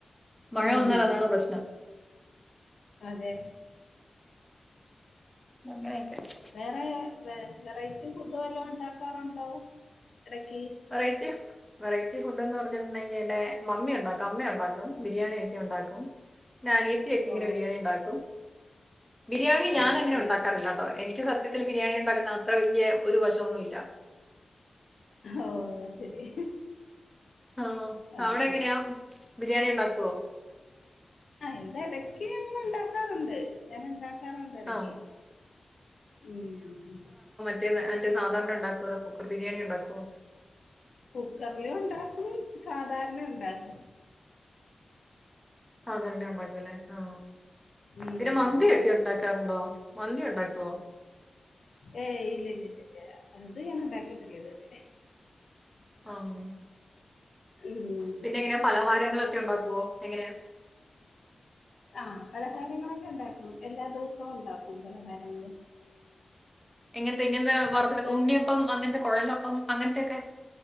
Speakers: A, in the centre; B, on the left (about 80°).
A: മഴ
B: ഉം
A: വന്നാൽ അതാണ് പ്രശ്നം
B: അതെ
A: അങ്ങനെയൊക്കെ
B: വേറെ വ വേറൈ,, ഫുഡ് വല്ല ഉണ്ടാക്കാറുണ്ടോ ഇടക്ക്
A: വെറൈറ്റി വെറൈറ്റി ഫുഡ് എന്ന് പറഞ്ഞിട്ടുണ്ടെങ്കിൽ എന്റെ മമ്മി ഉണ്ടാക്കും അമ്മ ഉണ്ടാക്കും ബിരിയാണിയൊക്കെ ഉണ്ടാക്കും പിന്നെ അനിയത്തിയൊക്കെ ഇങ്ങനെ
B: ഓ
A: ബിരിയാണി ഉണ്ടാക്കും ബിരിയാണി ഞാന്
B: ഓ
A: അങ്ങനെ
B: ശരി
A: ഉണ്ടാക്കാറില്ല കേട്ടോ എനിക്ക്,, മൊത്തത്തില് ബിരിയാണി ഉണ്ടാക്കുന്ന അത്ര വലിയ ഒരു വശമൊന്നും ഇല്ല
B: ഓ ശരി
A: ആഹ
B: ആഹ്
A: അവിടെ എങ്ങനെയാ ബിരിയാണി ഉണ്ടാക്കുവോ?
B: ആയിന്റെ ഇടയ്ക്ക് ഞങ്ങൾ ഉണ്ടാക്കാറുണ്ട് ഞാൻണ്ട,, റണ്ട് ഇടക്ക്
A: ആ
B: ഉം
A: മറ്റ സാധാരണ ഉണ്ടാക്കുമോ അതോ കുക്കർ ബിരിയാണി ഉണ്ടാക്കുവോ?
B: കുക്കറില് ഉണ്ടാക്കും സാധാരണ ഉണ്ടാക്കും
A: അതുതന്നെ അമ്മ പോലെ ആഹ
B: ഉം
A: പിന്നെ മമ്മി,, ഉണ്ടാക്കാറുണ്ടോ മന്തി ഉണ്ടാക്കുവോ
B: ഏ ഇല്ലല്ല ഇല്ല ഇല്ല അത് ഞാൻ ഉണ്ടാക്കിട്ടില്ല ഇതുവരെ.
A: ആഹ്
B: ഉം
A: പിന്നെ എങ്ങനെയ പലഹാരങ്ങളൊക്കെ ഉണ്ടാക്കുവോ എങ്ങനെയ
B: ആഹ പലഹാര്യങ്ങളൊക്കെ ഉണ്ടാക്കും എല്ലാ ദിവസവും ഉണ്ടാക്കും പലഹാര്ങ്ങള്.
A: ഇങ്ങനത്തെ ഇങ്ങനത്തെ വാർത്ത
B: പുട്ട്
A: ഉണ്ണിയപ്പം അങ്ങനത്തെ കൊഴലൊപ്പം അങ്ങനത്തെൊക്കെ